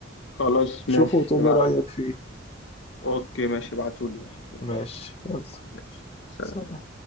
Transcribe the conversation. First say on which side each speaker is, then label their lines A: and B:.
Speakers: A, on the left (about 65°); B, on the left (about 30°).
A: خلاص
B: تشوفه
A: ماشي
B: وتقولي
A: ابعت
B: رايك فيه
A: اوكي ماشي ابعتولي يلا يلا
B: ماشي يلا
A: ماشي سلام
B: سلام.